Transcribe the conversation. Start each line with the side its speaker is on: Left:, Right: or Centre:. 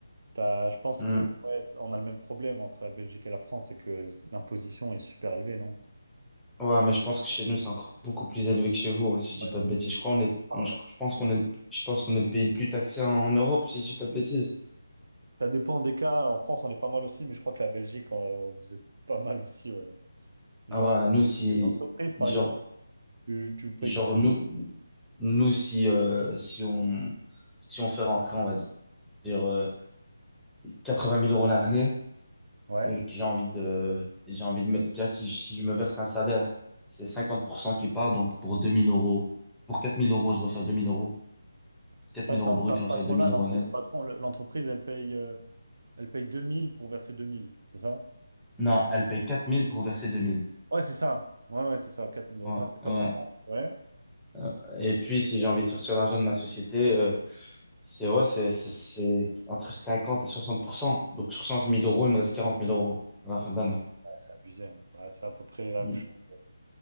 Right: T'as- je pense
Centre: Hmm.
Right: que ouais, on a le même problème entre la Belgique et la France, c'est que c- l'imposition est super élevée, non?
Centre: Ouais, mais je pense que chez nous, c'est encore beaucoup plus élevé que chez vous, hein, si je dis
Right: Ouais.
Centre: pas de bêtises. Je crois, on est,
Right: Ah
Centre: on- je
Right: ouais.
Centre: je pense qu'on est, le- je pense qu'on est le pays le plus taxé en, en Europe, si je dis pas de bêtises.
Right: Ça dépend des cas. En France, on est pas mal aussi, mais je crois que la Belgique, euh, vous êtes pas mal aussi, ouais. Genre,
Centre: Ah Ouais, nous, si,
Right: les entreprises, par
Centre: genre,
Right: exemple, tu, tu payes
Centre: genre,
Right: quoi?
Centre: nous, nous, si, euh, si on, si on fait rentrer, on va dire, euh, 80 000 euros l'année,
Right: Ouais.
Centre: mais que j'ai envie de, j'ai envie de me, déjà, si, si je me verse un salaire, c'est 50% qui part, donc pour 2000 euros, pour 4000 euros, je reçois 2000 euros, quatre
Right: Ça,
Centre: mille
Right: c'est
Centre: euros
Right: en
Centre: brut,
Right: charge
Centre: je reçois
Right: patronale,
Centre: 2000 euros
Right: en gros.
Centre: net.
Right: Le patron, le- l'entreprise, elle paye, euh, elle paye 2000 pour verser 2000, c'est ça?
Centre: Non, elle paye 4000 pour verser deux mille
Right: Ouais, c'est ça. Ouais, ouais, c'est ça. 4 000. Donc
Centre: Ouais,
Right: ça, c'est comme
Centre: ouais.
Right: en France, ouais.
Centre: Euh, Et puis, si j'ai envie de sortir l'argent de ma société, euh, c'est, ouais, c'est, c'est, c'est entre 50 et soixante pour cent Donc, sur cent mille euros, il me reste quarante mille euros à la fin de l'année.
Right: Ah, c'est abusé. hein. Bah, c'est à peu près la
Centre: Mm,
Right: même chose.